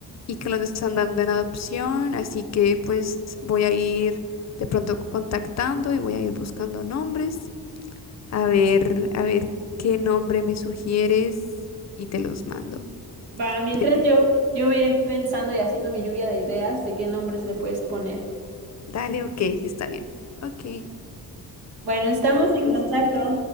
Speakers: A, on the left; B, on the right.
A: y que los están dando en adopción, así que pues voy a ir de pronto contactando y voy a ir buscando nombres. A ver, a ver qué nombre me sugieres y te los mando.
B: Va, mientras
A: ¿Qué dices?
B: yo, yo voy a ir pensando y haciendo mi lluvia de ideas de qué nombres le puedes poner.
A: Dale, ok, está bien. Ok,
B: Bueno, estamos en
A: pues
B: contacto.
A: chiquis.